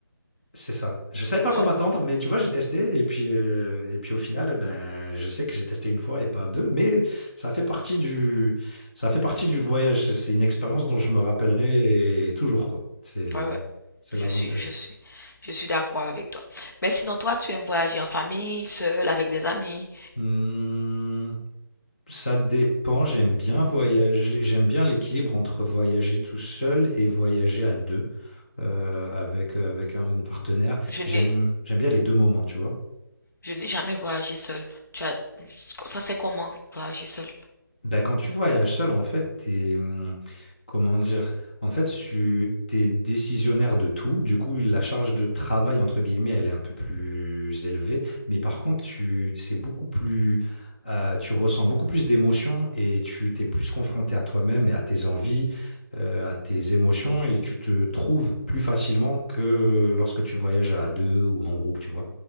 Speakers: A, on the left; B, on the left.
A: c'est ça. Je savais pas quoi
B: Ouais,
A: m'attendre, mais tu vois, j'ai testé. Et puis, euh, et puis au final, ben, je sais que j'ai testé une fois et pas deux. Mais ça fait partie du, ça fait partie du voyage. C'est une expérience dont je me rappellerai toujours, quoi. C'est, euh,
B: ouais, ouais.
A: c'est
B: Je
A: l'avantage.
B: suis, je suis, je suis d'accord avec toi. Mais sinon, toi, tu aimes voyager en famille, seul, avec des amis.
A: Hmm, Ça dépend, j'aime bien voyager, j'aime bien l'équilibre entre voyager tout seul et voyager à deux euh, avec, euh, avec un ou une partenaire.
B: Je n'ai,
A: J'aime, j'aime bien les deux moments, tu vois.
B: Je n'ai jamais voyagé seul. Tu as... Ça, c'est comment voyager seul?
A: Bah, quand tu voyages seul, en fait, t'es, hum, comment dire, en fait, tu t'es décisionnaire de tout. Du coup, la charge de travail, entre guillemets, elle est un peu plus élevée. Mais par contre, tu, c'est beaucoup plus, euh, tu ressens beaucoup plus d'émotions et tu t'es plus confronté à toi-même et à tes envies, euh, à tes émotions et tu te trouves plus facilement que lorsque tu voyages à deux ou en groupe, tu vois.